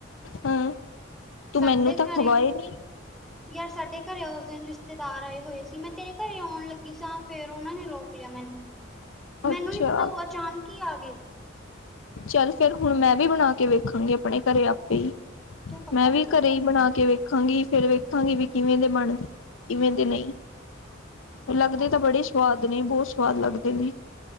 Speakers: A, on the left; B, in the centre.
A: ਹਾਂ, ਤੂੰ
B: ਸਾਡੇ
A: ਮੈਨੂੰ ਤਾਂ
B: ਘਰੇ
A: ਖਵਾਏ ਨੀ।
B: ਯਾਰ ਸਾਡੇ ਘਰੇ ਉਸ ਦਿਨ ਰਿਸ਼ਤੇਦਾਰ ਆਏ ਹੋਏ ਸੀ, ਮੈਂ ਤੇਰੇ ਘਰੇ ਆਉਣ ਲੱਗੀ ਸੀ ਤਾਂ ਫੇਰ ਉਹਨਾਂ ਨੇ ਰੋਕ ਲਿਆ ਮੈਨੂੰ,
A: ਅੱਛਾ
B: ਮੈਨੂੰ ਨੀ ਪਤਾ ਉਹ ਅਚਾਨਕ ਹੀ ਆ ਗਏ।
A: ਚੱਲ ਫੇਰ ਹੁਣ ਮੈਂ ਵੀ ਬਣਾ ਕੇ ਵੇਖਾਂਗੀ। ਆਪਣੇ ਘਰੇ
B: ਹਾਂ
A: ਆਪੇ ਹੀ,
B: ਹਾਂ ਤੂੰ ਪੱਕਾ
A: ਮੈਂ ਵੀ
B: ਆਣਾ
A: ਘਰੇ ਹੀ ਬਣਾ ਕੇ ਵੇਖ ਵੇਖਾਂਗੀ, ਫੇਰ ਵੇਖਾਂਗੀ ਵੀ ਕਿਵੇਂ ਦੇ ਬਣ ਕਿਵੇਂ ਦੇ ਨਹੀਂ। ਲੱਗਦੇ
B: ਹਾਂ
A: ਤਾਂ ਬੜੇ ਸਵਾਦ ਨੇ, ਬਹੁਤ ਸਵਾਦ ਲੱਗਦੇ ਨੇ।